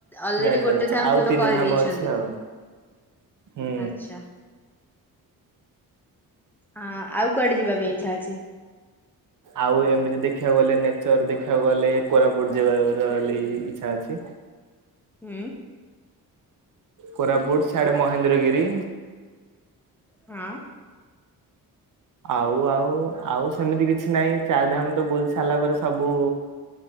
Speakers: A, in the centre; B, on the right (about 55°).
A: ଅଲରେଡି
B: ଯାଇ
A: ଗୋଟେ ଧାମ
B: ଆଉ
A: ପୂନ
B: ତିନି
A: କରିଦେଇଛନ୍ତି।
B: ଧାମ ଅଛି ଆଉ ହୁଁ।
A: ଆଚ୍ଛା। ହଁ ଆଉ କୁଆଡେ ଯିବା ପାଇଁ ଇଛା ଅଛି?
B: ଆଉ ଏମିତି ଦେଖିବାକୁ ଗଲେ ନେଚର ଦେଖିବାକୁ ଗଲେ କୋରାପୁଟ ଯିବା-ଅ-ର-ଲି ଇଛା ଅଛି।
A: ହୁଁ।
B: କୋରାପୁଟ ସିଆଡେ ମହେନ୍ଦ୍ରଗିରି
A: ହଁ।
B: ଆଉ ଆଉ ଆଉ ସେମିତି କିଛି ନାହିଁ ଚାରିଧାମ ତ ବୁଲି ସାରିଲା ପରେ ସବୁ